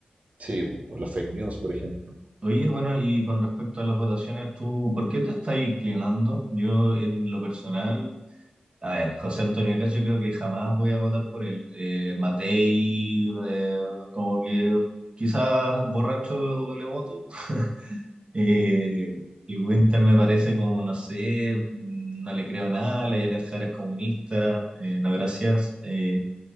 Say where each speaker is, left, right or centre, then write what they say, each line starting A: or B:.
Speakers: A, on the right; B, on the right.
A: Sí, o las fake news, por ejemplo.
B: Oye, bueno, y con respecto a las votaciones, ¿tú por qué te estás inclinando? Yo, en lo personal, a ver, José Antonio Caz, yo creo que jamás voy a votar por él. Eh, Matei, eh, como que quizás borracho le voto. <laughs> Eh, y Winter me parece como, no sé, no le creo nada, la Janet Jara es comunista, eh, no gracias. Eh,